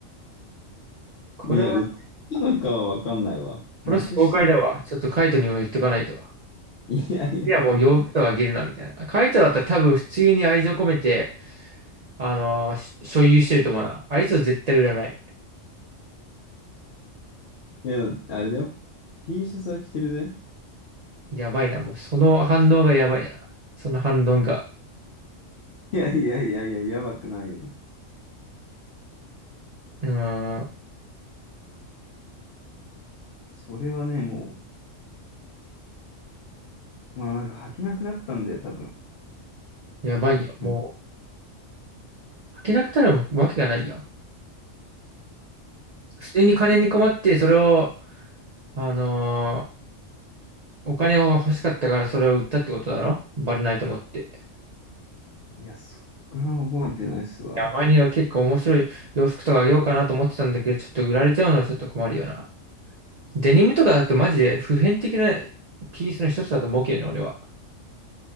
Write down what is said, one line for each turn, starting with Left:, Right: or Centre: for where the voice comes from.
Right: これは、
Left: いや、売ったのかはわかんないわ。
Right: プロス崩壊だわ。
Left: なくしたの。
Right: ちょっとカイトにも言っとかないと。
Left: いやいや、
Right: いや、もう洋服とかあげるな、みたいな。カイトだったら多分普通に愛情込めて、あのーし所有してると思うな。あいつは絶対売らない。
Left: いや、あれだよ。T シャツは着てるぜ。
Right: やばいな、もうその反応がやばいな。その反論が。
Left: いやいやいやいや、やばくないよ。
Right: うーん、
Left: それはね、もう、まあなんか履けなくなったんだよ、多分。
Right: やばいやん。
Left: うん
Right: もう、履けなくなるわけがないやん。普通に金に困って、それを、あのーお金が欲しかったからそれを売ったってことだろバレないと思って。
Left: いや、そっから覚えてないっすわ。
Right: いや、前には結構面白い洋服とかあげようかなと思ってたんだけど、ちょっと売られちゃうのはちょっと困るよな。デニムとかだとマジで普遍的なピースの一つだと思うけどね、俺は。